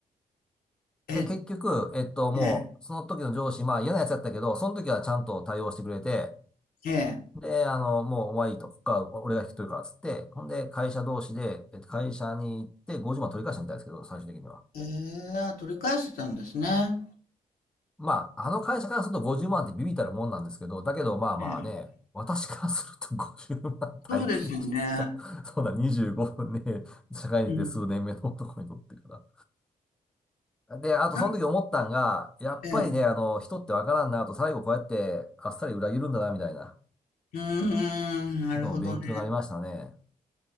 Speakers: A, on the left (about 85°); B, in the centre.
A: ええ、
B: で、結局、えっと、もう、
A: え
B: その時の上司、まあ嫌なやつだったけど、その時はちゃんと対応してくれて、
A: ーえー、え
B: で、あの、もうお前いいと、ここから俺が引き取るからっつって、ほんで、会社同士で、えっと、会社に行って50万取り返したみたいですけど、最終的には。
A: ー、あ取り返してたんですね。
B: まあ、あの会社からすると50万ってビビったるもんなんですけど、だけどまあまあね、
A: ええ、
B: 私からすると <laughs> 50万大金ですよ。
A: そうですよね。
B: <laughs> そんな25分ね、社会に出て数年目の男にとってから。
A: うん。
B: で、あとその時思ったんが、
A: あ、
B: やっぱりね、
A: ええ、
B: あの、人ってわからんなと、最後こうやってあっさり裏切るんだな、みたいな
A: うーん、なるほどね。
B: ことも勉強になりましたね。